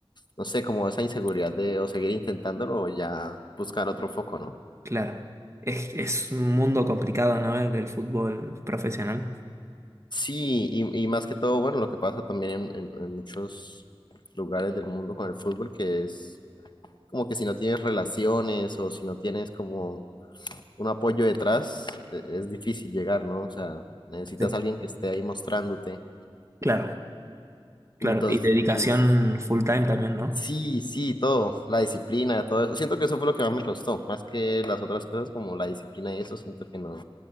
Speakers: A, on the left; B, on the right.
A: no sé, como esa inseguridad de o seguir intentándolo o ya buscar otro foco, ¿no?
B: Claro. Es, es un mundo complicado, ¿no? El del fútbol profesional.
A: Sí, y, y más que todo, bueno, lo que pasa también en, en- en muchos lugares del mundo con el fútbol, que es como que si no tienes relaciones o si no tienes como un apoyo detrás, e- es difícil llegar, ¿no? O sea, necesitas
B: Sí.
A: a alguien que esté ahí mostrándote.
B: Claro, claro.
A: Entonces,
B: Y dedicación full time también, ¿no?
A: Sí, sí, todo, la disciplina, todo eso. Siento que eso fue lo que más me costó, más que las otras cosas como la disciplina y eso, siento que no